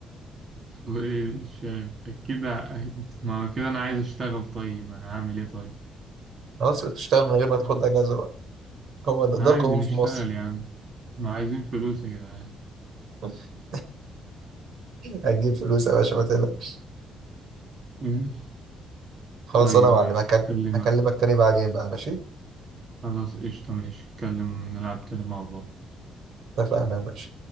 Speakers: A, on the right; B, on the right.
A: <laughs> وإيه مش عارف. أكيد ع- ما هو كده أنا عايز أشتغل طيب أنا هعمل إيه طيب؟
B: خلاص يبقى تشتغل من غير ما تاخد أجازة بقى هو ده, ده
A: عادي
B: القانون
A: نشتغل
B: في مصر
A: يا عم ما عايزين فلوس يا جدعان
B: <laughs> هتجيب فلوس يا باشا ما تقلقش
A: ماشي.
B: خلاص
A: طيب
B: أنا يا
A: ماشي
B: معلم هكل-
A: أكلمك
B: هكلمك تاني بعدين بقى ماشي
A: خلاص قشطة ماشي نتكلم نلعب تاني مع بعض
B: اتفقنا يا باشا